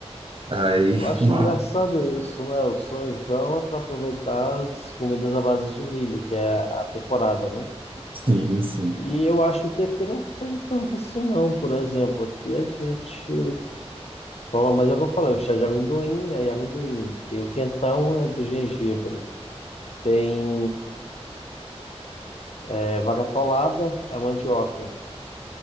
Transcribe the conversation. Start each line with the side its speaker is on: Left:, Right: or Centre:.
Right: Aí,
Left: Eu acho
Right: <laughs>
Left: engraçado isso, né? O São João é para aproveitar as comidas à base de milho, que é a temporada, né?
Right: sim, sim.
Left: E eu acho que aqui não tem tanto assim, não. Por exemplo, aqui a gente toma, mas é o que eu falei, o chá de amendoim, aí amendoim. Tem o quentão, é do gengibre. Tem é, vaca atolada, é mandioca.